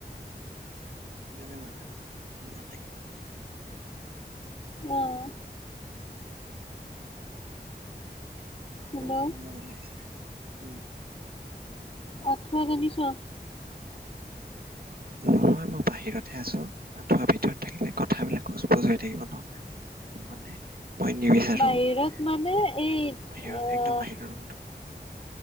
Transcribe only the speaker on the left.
অঁ। হেল্ল'
আঁঠুৱা টানি চ।
বাহিৰত
মানে এই আহ